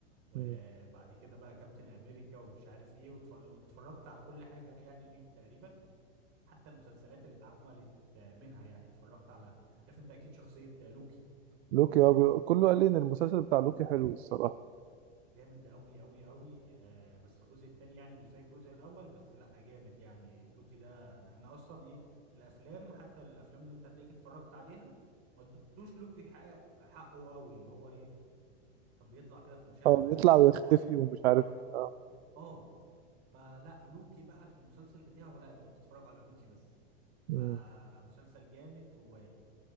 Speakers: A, on the right (about 40°); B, on the right (about 75°).
A: وبعد
B: مم.
A: كده بقى كابتن امريكا ومش عارف ايه واتفر- واتفرجت على كل حاجة يعني ليه تقريبا حتى المسلسلات اللي اتعملت آه، منها يعني اتفرجت على عارف انت اكيد شخصية آه، لوكي
B: لوكي هو بي... كله قال لي ان المسلسل بتاع لوكي حلو الصراحه
A: جامد قوي قوي قوي آه بس الجزء التاني يعني مش زي الجزء الاول بس لا جامد يعني لوكي ده انا انا اصلا ايه في الافلام حتى الافلام اللي انت هتلاقيك اتفرجت عليها ما ادوش لوكي حقه حقه قوي اللي هو ايه كان بيطلع كده في مشاهد
B: اه
A: صغيره
B: بيطلع ويختفي
A: ما طلعش ببطوله
B: ومش عارف ايه اه
A: اه فلا لوكي بقى في المسلسل بتاعه لا انت بتتفرج على لوكي بس فمسلسل
B: مم.
A: جامد و